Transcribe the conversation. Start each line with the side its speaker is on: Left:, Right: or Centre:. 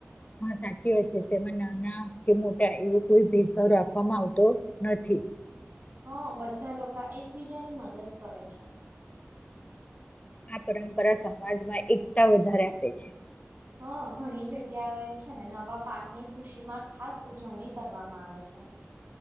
Left: હા, સાચી વાત છે, તેમાં નાના કે મોટા એવો કોઈ ભેદભાવ આપવામાં આવતો નથી. <unintelligible>
Right: હા, બધા લોકો એકબીજાની મદદ કરે છે.
Left: આ પરંપરા સમાજમાં એકતા વધારે આપે છે.
Right: હ, ઘણી જગ્યાઓ એ છે ને, નવા પાક ની ખુશી માં ખાસ ઉજવણી કરવામાં આવે છે. હ.